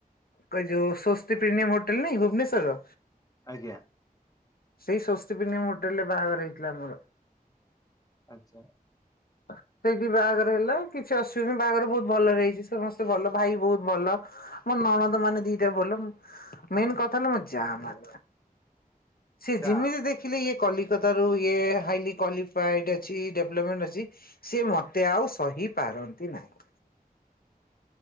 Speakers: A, on the left; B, on the left.
A: କ ଯୋଉ ସ୍ବସ୍ତି ପ୍ରିମିୟମ୍ ହୋଟେଲ ନାଇଁ ଭୁବନେଶ୍ଵରର
B: ଆଜ୍ଞା।
A: ସେଇ ସ୍ଵସ୍ତି ପ୍ରମିୟମ୍ ହୋଟେଲରେ ବାହାଘର ହେଇଥିଲା ମୋର।
B: ଆଁଚା।
A: ଆ ସେଇଠି ବାହାଘର ହେଲା କିଛି ଅସୁବିଧା ବାହାଘର ବହୁତ ଭଲରେ ହେଇଛି ସମସ୍ତେ ଭଲ ଭାଇ ବହୁତ ଭଲ। ମୋ ନଣଦ ମାନେ ଦିଟା ବୋଲ ମେନ କଥା ହେ ମ ଯା ମାନେ ସେ
B: ଯା
A: ଯେମିତି ଦେଖିଲେ ଇଏ କଲିକତା ରୁ ଇଏ ହାଇଲି କ୍ଵାଲିଫଏଡ ଅଛି। ଡେଭଲପମେଣ୍ଟ ଅଛି ସି ମତେ ଆଉ ସହି ପାରନ୍ତି ନାହିଁ।